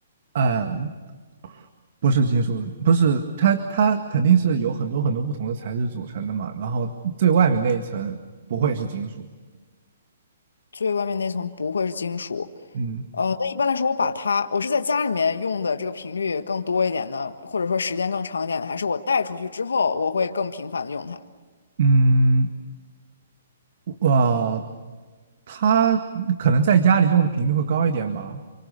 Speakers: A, on the right; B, on the left.
A: 嗯，不是金属，不是它，它肯定是有很多很多不同的材质组成的嘛。然后最外面那一层不会是金属。
B: 最外面那层不会是金属。
A: 嗯
B: 呃，那一般来说，我把它，我是在家里面用的这个频率更多一点的，或者说时间更长一点的，还是我带出去之后，我会更频繁的用它。
A: 嗯，我它可能在家里用的频率会高一点吧，